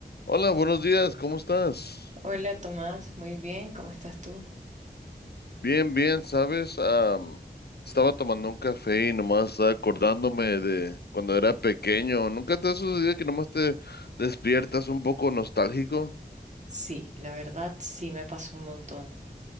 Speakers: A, on the left; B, on the right.
A: Hola, buenos días, ¿cómo estás?
B: Hola Tomás, muy bien, ¿cómo estás tú?
A: Bien, bien, ¿sabes? Am, estaba tomando un café y nomás estaba acordándome de cuando era pequeño. ¿Nunca te ha sucedido que nomás te despiertas un poco nostálgico?
B: Sí, la verdad sí me pasó un montón.